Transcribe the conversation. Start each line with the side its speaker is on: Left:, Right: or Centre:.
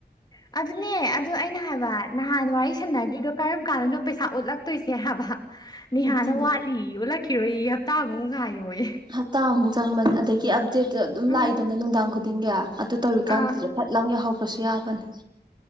Left: ꯑꯗꯨꯅꯦ ꯑꯗꯨ ꯑꯩꯅ ꯍꯥꯏꯕ ꯅꯍꯥꯟ ꯋꯥꯔꯤ ꯁꯥꯟꯅꯗꯔꯤꯗꯣ ꯀꯔꯝ ꯀꯥꯟꯗꯅꯣ ꯄꯩꯁꯥ ꯑꯣꯠꯂꯛꯇꯣꯏꯁꯦ ꯍꯥꯏꯕ ꯅꯤꯍꯥꯅ
Right: ꯑꯗꯨꯅꯦ
Left: ꯋꯥꯠ ꯆꯂꯤ ꯑꯣꯜꯂꯛꯈꯤꯔꯣ ꯑꯩ ꯍꯞꯇꯥ ꯑꯃꯃꯨꯛ ꯉꯥꯏꯌꯣꯌꯦ
Right: ꯍꯞꯇꯥꯃꯨꯛ ꯆꯪꯕꯅꯤ ꯑꯗꯒꯤ ꯑꯞꯗꯦꯠꯇ ꯑꯗꯨꯝ
Left: ꯎꯝ
Right: ꯂꯥꯛꯏꯗꯅ ꯅꯨꯡꯗꯥꯡ ꯈꯨꯗꯤꯡꯒꯤ ꯑꯗꯨ ꯇꯧꯔꯤꯀꯥꯟꯗꯨꯗ
Left: ꯑꯥ
Right: ꯐꯠ ꯂꯥꯎ ꯌꯥꯍꯧꯕꯁꯨ ꯌꯥꯕꯅꯤ